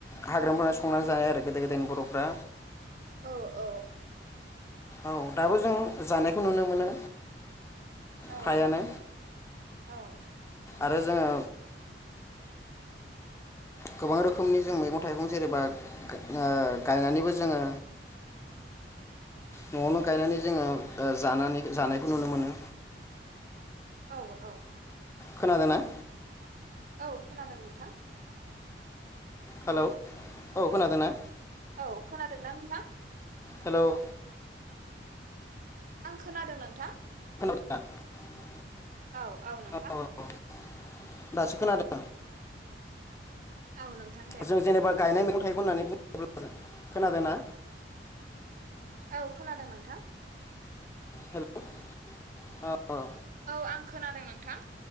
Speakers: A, on the left (about 15°); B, on the right (about 50°).
A: हाग्रायाव मोनना संनानै जाया आरो गोदाय गोदायनि बर'फ्रा
B: औ औ
A: औ दाबो जों जानायखौ नुनो मोनो
B: औ
A: फ्रायानो
B: औ
A: आरो जोङो गोबां रोखोमनि जों मैगं थाइगं जेरै बा गा ओ गायनानैबो जोङो न'आवनो गायनानै जोङो ओ जानानै जानायखौ नुनो मोनो
B: औ औ
A: खोनादों ना
B: औ खोनादों नोंथां
A: हेलौ औ खोनादों ना
B: औ खोनादोंना नोंथां
A: हेल'
B: आं खोनादों नोंथां
A: <unintelligible>
B: औ औ नोंथां
A: औ औ औ दासो खोनादों
B: <inaudible> दे
A: जों
B: बुं
A: जेनेबा गायनाय मैगं थाइगं होननानै बुङोब्ला जों खोनादों ना
B: औ खोनादों नोंथां
A: हेलौ अ अ
B: औ आं खोनादों नोंथां